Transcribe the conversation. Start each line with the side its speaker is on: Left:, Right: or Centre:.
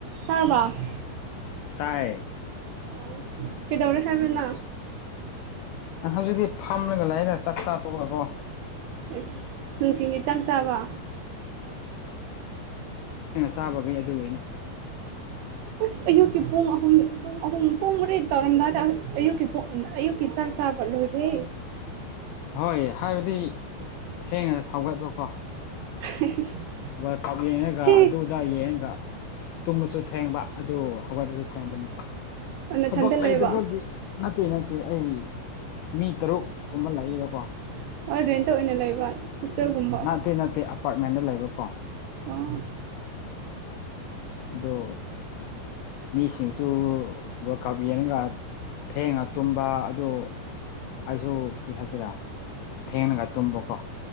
Right: ꯁꯔꯃ
Left: ꯀꯥꯏ
Right: ꯑꯣ ꯀꯩꯗꯧꯔꯦ ꯍꯥꯏꯕꯅ
Left: ꯑ ꯍꯧꯖꯤꯛꯇꯤ ꯐꯝꯂꯒ ꯂꯥꯛꯗ ꯆꯥꯛꯆꯥꯥ ꯇꯣꯛꯑꯀꯣ
Right: ꯑꯁ ꯅꯨꯡꯊꯤꯜꯒꯤ ꯆꯥꯛ ꯆꯥꯕ
Left: ꯆꯥꯕꯈꯩ ꯑꯗꯨꯒꯤꯅꯤ
Right: ꯑꯁ ꯑꯌꯨꯛꯀꯤ ꯄꯨꯡ ꯑꯍꯨꯝ ꯄꯨꯡ ꯑꯍꯨꯝ ꯄꯨꯡ ꯃꯩ ꯇꯧꯔꯝꯗꯥꯏꯗ ꯑꯌꯨꯛꯀꯤ ꯄꯨꯡ ꯑꯌꯨꯛꯀꯤ ꯆꯥꯛ ꯀ ꯐꯜꯂꯁꯦ
Left: ꯍꯣꯏ ꯍꯥꯏꯕꯗꯤ ꯊꯦꯡꯉꯒ ꯊꯧꯒꯠꯕꯀꯣ
Right: <unintelligible>
Left: ꯋꯥꯔꯜ ꯀꯞ ꯌꯦꯡꯉꯒ
Right: ꯍꯦ
Left: ꯑꯗꯨꯗꯥ ꯌꯦꯡꯉꯒ ꯇꯨꯝꯃꯁꯨ ꯊꯦꯡꯕ ꯑꯗꯨ ꯑꯋꯥꯠꯄꯗꯨꯣ ꯊꯦꯡꯕꯅꯦꯕ
Right: ꯅꯊꯟꯗ
Left: ꯊꯕꯛ
Right: ꯂꯩꯕ
Left: ꯂꯩꯇꯕꯒꯤ ꯅꯠꯇꯦ ꯅꯠꯇꯦ ꯑꯩ ꯃꯤ ꯇꯔꯨꯛ ꯀꯨꯝꯕ ꯂꯥꯛꯏꯕꯀꯣ
Right: ꯑꯣꯔꯗ꯭ꯔꯦꯟꯇ ꯑꯣꯏꯅ ꯂꯩꯕ ꯍꯣꯁꯇꯦꯜꯒꯨꯝꯕ
Left: ꯅꯠꯇꯦ ꯅꯠꯇꯦ ꯑꯄꯥꯔꯠꯃꯦꯟꯗ ꯂꯩꯕꯀꯣ
Right: ꯑꯥ
Left: ꯑꯗꯣ ꯃꯤꯁꯤꯡꯁꯨ ꯋꯥ ꯀꯥꯞ ꯌꯦꯅꯒ ꯊꯦꯡꯉ ꯇꯨꯝꯕ ꯑꯗꯨ ꯑꯩꯁꯨ ꯀꯔꯤ ꯍꯥꯏꯁꯤꯔꯦ ꯊꯦꯡꯅꯒ ꯇꯨꯝꯕꯀꯣ